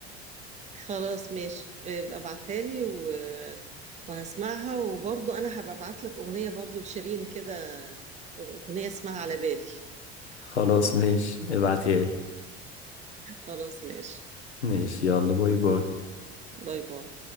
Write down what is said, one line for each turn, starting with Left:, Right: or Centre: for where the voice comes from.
Right: خلاص ماشي ابقى ابعتها لي و... وهسمعها وبرضو انا هبقى ابعت لك اغنية برضو لشيرين كده اغنية اسمها على بالي
Left: خلاص ماشي ابعتيها لي
Right: خلاص ماشي
Left: ماشي يلا باي باي
Right: باي باي